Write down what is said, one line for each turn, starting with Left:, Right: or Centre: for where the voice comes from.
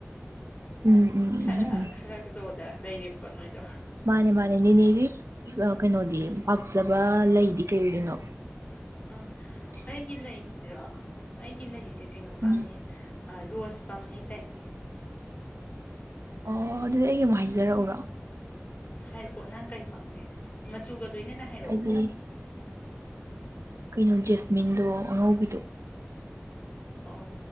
Right: ꯎꯝ ꯎꯝ
Left: ꯈꯔ
Right: ꯎꯝ ꯎꯝ
Left: ꯈꯔ ꯂꯣꯗ ꯂꯩꯔꯦꯞꯄ ꯅꯣꯏꯗꯣ
Right: ꯃꯥꯅꯦ ꯃꯥꯅꯦ ꯅꯦꯅꯦꯒꯤ ꯀꯩꯅꯣꯗꯤ ꯄꯥꯝꯖꯂꯕ ꯂꯩꯗꯤ ꯀꯩ ꯑꯣꯏꯗꯣꯏꯅꯣ
Left: ꯑꯥ ꯑꯩꯒꯤ ꯂꯩꯁꯤꯔꯣ ꯑꯩꯒꯤ ꯂꯩꯁꯦ ꯀꯩꯅꯣ ꯄꯥꯝꯃꯦ
Right: ꯎꯝ
Left: ꯔꯣꯁ ꯄꯥꯝꯃꯦ ꯍꯥꯏꯇꯥꯏꯌꯦ
Right: ꯑꯣ ꯑꯗꯨꯗꯤ ꯑꯩꯒꯤ ꯑꯃꯨꯛ ꯍꯥꯏꯖꯔꯛꯎꯔꯣ
Left: ꯍꯥꯏꯔꯛꯑꯣ ꯅꯪ ꯀꯩ ꯄꯥꯝꯒꯦ ꯃꯆꯨꯒ ꯂꯣꯏꯅꯅ ꯍꯥꯏꯔꯛꯑꯣꯀꯣ
Right: ꯑꯩꯗꯤ ꯀꯩꯅꯣ ꯖꯦꯁꯃꯤꯟꯗꯣ ꯑꯉꯧꯕꯤꯗꯣ
Left: ꯑꯣ